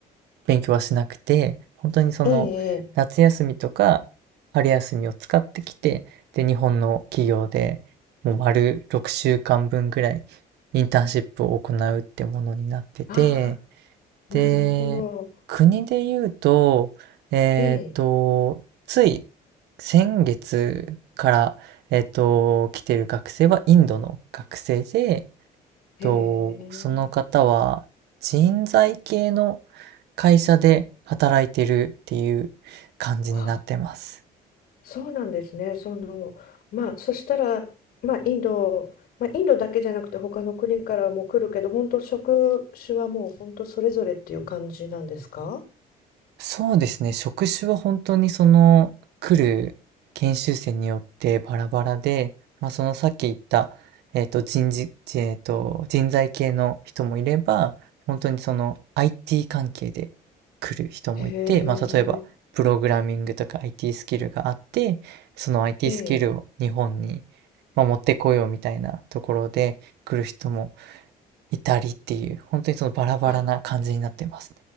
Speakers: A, on the right (about 80°); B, on the left (about 65°).
A: 勉強はしなくて、本当にその、
B: ええ、ええ
A: 夏休みとか春休みを使ってきて、で、日本の企業で、もう丸6週間分ぐらいインターンシップを行うってものになってて、
B: ああ、
A: で、
B: なるほど。
A: 国で言うと、えっと、
B: ええ、
A: つい先月から、えっと、来てる学生はインドの学生で、えっ
B: へえ。
A: と、その方は人材系の会社で働いてるっていう感じになってます。
B: あそうなんですね。その、まあ、そしたら、まあ、インド、まあ、インドだけじゃなくて、他の国からも来るけど、本当職種はもう本当それぞれっていう感じなんですか
A: そうですね、職種は本当にその来る研修生によってバラバラで、まあ、そのさっき言った、えっと、人事、えっと、人材系の人もいれば、本当にその IT 関係で来る人もいて、
B: へえ、
A: まあ、例えばプログラミングとか IT スキルがあって、その IT
B: ええ。
A: スキルを日本に、まあ、持ってこようみたいなところで来る人もいたりっていう、本当にそのバラバラな感じになってます。
B: あ、